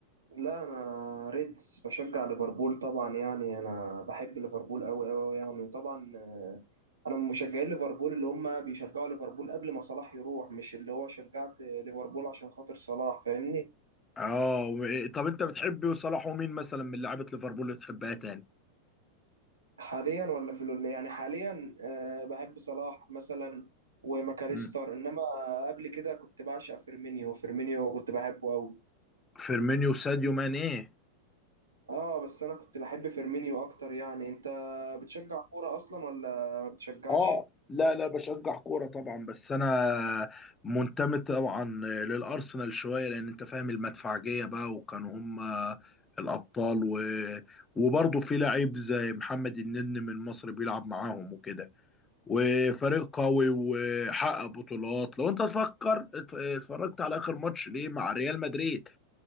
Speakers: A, on the right; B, on the left.
A: لا انا ريدز بشجع ليفربول طبعا يعني انا بحب ليفربول قوي قوي يعني طبعا آه، انا من مشجعين ليفربول اللي هم بيشجعوا ليفربول قبل ما صلاح يروح مش اللي هو شجعت ليفربول عشان خاطر صلاح فاهمني
B: اه و- آه، طب انت بتحب صلاح ومين مثلا من لعيبه ليفربول اللي بتحبها تاني
A: حاليا ولا في ال- يعني حاليا آه، بحب صلاح مثلا وماكاريستر
B: مم.
A: انما قبل كده كنت بعشق فيرمينيو فيرمينيو كنت بحبه قوي
B: فيرمينيو ساديو ماني
A: اه بس انا كنت بحب فيرمينيو اكتر يعني انت بتشجع كوره اصلا ولا ما بتشجعش
B: اه لا لا بشجع كورة طبعا بس انا منتمي طبعا للارسنال شوية لان انت فاهم المدفعجية بقى وكانوا هم الابطال و... وبرضه في لعيب زي محمد النني من مصر بيلعب معاهم وكده وفريق قوي وحقق بطولات لو انت تفكر اتف- اتفرجت على اخر ماتش ليه مع ريال مدريد